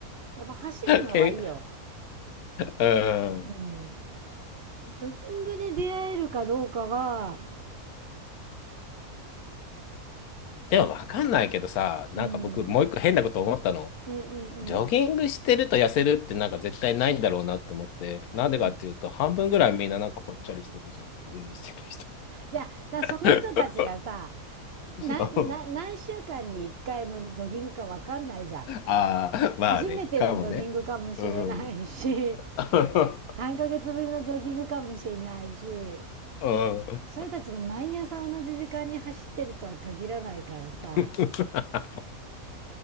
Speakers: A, on the right; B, on the left.
A: い。やっぱ走るのはいいよ。
B: け、うん。
A: うん。ジョギングで出会えるかどうかは、
B: でもわかんないけどさ、なんか僕もう一個変なこと思ったの。
A: うん、うんうんうん。
B: ジョギングしてると痩せるってなんか絶対ないんだろうなって思って、なんでかっていうと半分ぐらいみんななんかぽっちゃりしてるじゃん、
A: うん。
B: ジョギングしてる人。
A: いや、だからその人たちがさ、
B: <laughs>
A: な、
B: あ
A: な、何週間に1回のジョギングかわかんないじゃん。
B: あ、
A: 初めてのジョギングかもしれないし、
B: まあね、かもね。うん。<laughs>
A: 3ヶ月ぶりのジョギングかもしれないし、
B: うん。
A: それたちが毎朝同じ時間に走ってるとは限らないからさ
B: <laughs>